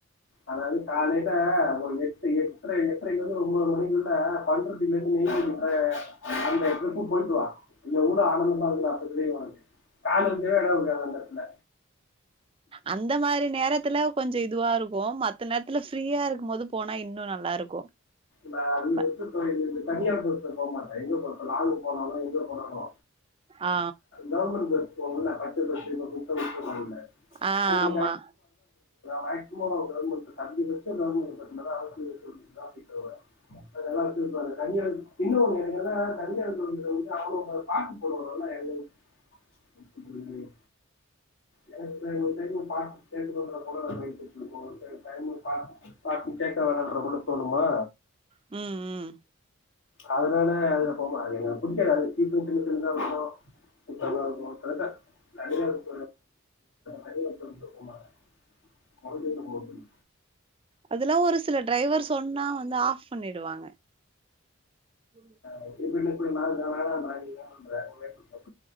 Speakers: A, on the left; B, on the right.
A: அதாவது காலையில ஒரு எட்டு எட்ர எட்ரையிலேருந்து ஒரு ஒம்போது மணிக்குள்ள பண்ரூட் டிலேருந்து <unintelligible> அந்த டிரிப்பு போயிட்டு வா எவ்ளோ ஆனந்தமா இருக்குனு அப்ப தெரியு ஒனக்கு கால் வைக்கவே எட் இருக்காது அந்த எடத்துல
B: அந்த மாரி நேரத்துல கொஞ்ச இதுவா இருக்கு மத் த நேரத்துல ஃப்ரீயா இருக்கும் போது போனா இன்னு நல்லா இருக்கு
A: நா ரெண்டு
B: ப
A: பஸ்ஸுருக்கு தனியார் பஸ்ல போ மாட்டே எங்க போனாலு லாங்கு போனாலு எங்க போனாலு
B: ஆ
A: கவர்மென்ட் பஸ் போவுல்ல பச்சபஸ் இப்ப புதுசா விட்ருங்காங்கல்ல
B: ஆ
A: <unintelligible> அதா
B: ஆமா
A: மேக்சிமம் கவர்ன்மென்ட் பஸ் அஞ்சி பஸ் இருந்தாலுமே ஏழு பஸ் இருந்தாதா அவுங்களு கிளியர் பண்ண முடியு ட்ராஃபிக் நல்லா வச்சிருப்பாங்க கண்டியன் இன்னொன்னு என்னன்னா தனியா இருக்கவங்களுக்கு அவுங்க அவுங்க பாட்டு போடுவாங்கல்லா எங்க எனக்கு தெரியலையே எனக்கு பின்னாடி ஒரு டைம் பாட்டு கேக்குதோன்ற பொக வேற போயிட்டுட்டு இருக்கோ ஒரு சில டைம் பாட்டு பாட்டு கேக்க வேணான்ற போல தோணுமா
B: ம் ம்
A: அதுனால அதுல போ கூடாதுங்க புடிச்சது எது சீட் போட்டு வச்சிருந்தா மட்டு தனியா இருக்கும் போது சேட்ட தனியா <unintelligible> தனியா இருக்கும் போது தூக்கமா அதுக்கு எதுக்கு போகனு
B: அதெல்லா ஒரு சில டிரைவர் சொன்னா வந்து ஆஃப் பண்ணிடுவாங்க ம்
A: அப்டி இப்டின்னு பின்னாடி இருந்தாலு பாட்டு <unintelligible>